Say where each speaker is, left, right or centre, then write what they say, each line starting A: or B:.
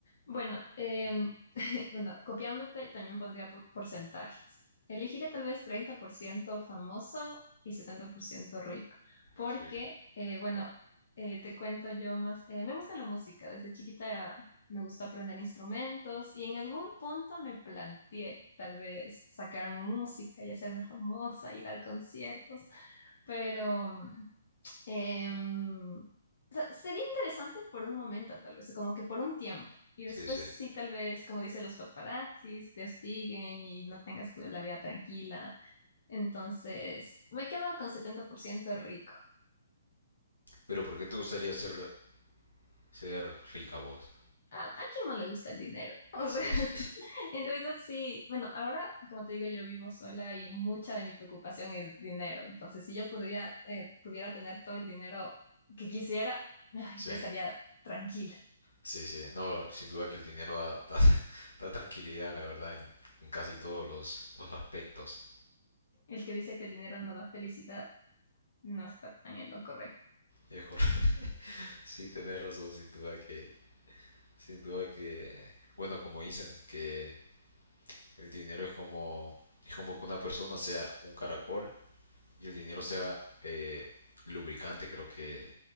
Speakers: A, on the left; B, on the left.
A: Bueno, em, <laughs> bueno, copiándote también pondría por porcentajes. Elegiría tal vez 30% famoso y 70% rico, porque,
B: Sí.
A: eh, bueno, eh, te cuento yo más, eh, me gusta la música, desde chiquita me gusta aprender instrumentos y en algún punto me planteé tal vez sacar música y hacerme famosa y dar conciertos, pero... em, Sería interesante por un momento, tal vez, como que por un tiempo. Y después
B: Sí, sí.
A: sí, tal vez, como dicen los paparazzis, te hostiguen y no tengas tú la vida tranquila. Entonces, me quedo con 70% rico.
B: Pero ¿por qué te gustaría ser, ser rica vos?
A: ¿A, a quién no le gusta el dinero? <laughs> O
B: Sí,
A: sea, en realidad sí. Bueno, ahora, como te digo, yo vivo sola y mucha de mi preocupación es dinero. Entonces, si yo podría, eh, pudiera tener todo el dinero que quisiera, ay,
B: sí,
A: estaría tranquila.
B: sí, sí. No, sin duda que el dinero da, da, da tranquilidad, la verdad, en, en casi todos los, los aspectos.
A: El que dice que el dinero no da felicidad. no está tan en lo correcto.
B: Es cor- <laughs> Sí, tenés razón, sin duda que Sin duda que, bueno, como dicen, que el dinero es como, es como que una persona sea un caracol y el dinero sea eh, lubricante, creo que